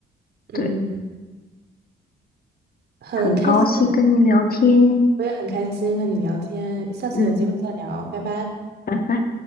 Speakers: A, on the left (about 50°); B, on the right (about 55°).
A: 对，
B: 嗯，很开心。
A: 很高兴跟你聊天，
B: 我也很开心和你聊天，下次有机会再聊，
A: 嗯，
B: 拜拜。
A: 拜拜。